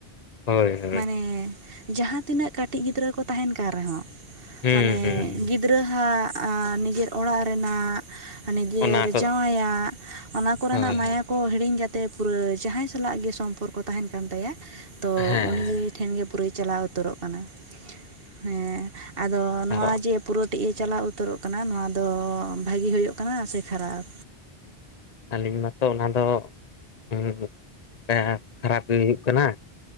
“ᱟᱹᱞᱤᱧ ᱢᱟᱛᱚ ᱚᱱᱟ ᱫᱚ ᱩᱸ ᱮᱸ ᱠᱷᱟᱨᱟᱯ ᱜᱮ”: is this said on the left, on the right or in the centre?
Left